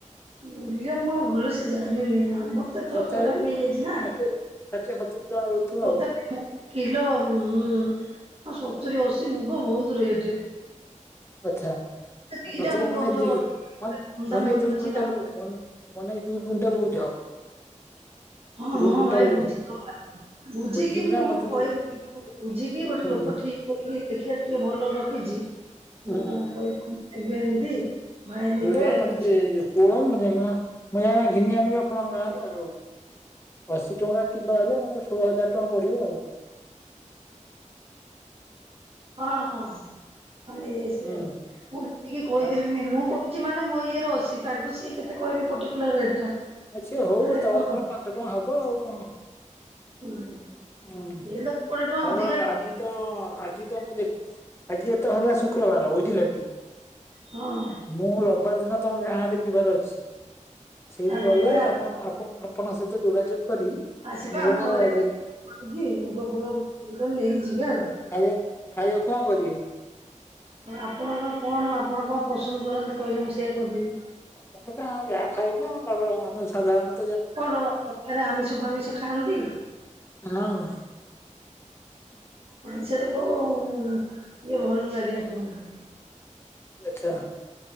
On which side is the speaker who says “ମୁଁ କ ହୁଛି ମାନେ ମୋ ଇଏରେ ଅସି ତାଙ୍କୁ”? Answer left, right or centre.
Right